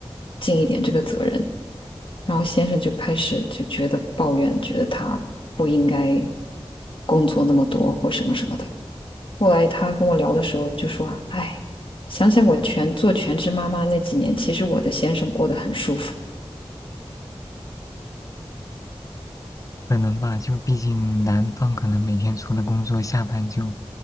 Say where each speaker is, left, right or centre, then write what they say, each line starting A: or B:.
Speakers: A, on the left; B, on the left.
A: 尽一点这个责任。然后先生就开始就觉得抱怨，觉得他不应该工作那么多或什么什么的。后来他跟我聊的时候就说：“哎，想想我全做全职妈妈那几年，其实我的先生过得很舒服。
B: 可能吧，就毕竟男方可能每天除了工作，下班就